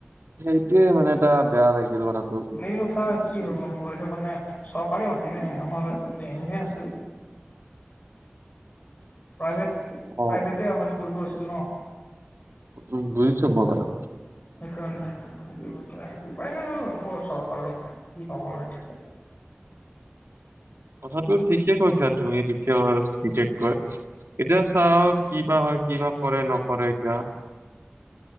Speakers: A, on the right (about 80°); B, on the left (about 40°).
A: সেইটোৱে মানে এটা বেয়া লাগিছিল কথাটো
B: মেইন কথা কি হ'ল আ এইটো মানে চৰকাৰে মাতিমে আমাৰ এনেে আছিল প্ৰাইভেট প্ৰাইভেটে
A: অ',
B: আমাৰ স্কুলটো আছিল ন
A: উম বুজিছো মই বাৰো
B: সেইকাৰণে স এতি উপ উপায় ন চৰকাৰৰ কি কাম আৰু এতিয়া
A: কথাটো ঠিকে কৈছা তুমি বিশেষ কৈ এতিয়া চাওঁ কিবা হয় কিবা কৰে নকৰে এতিয়া?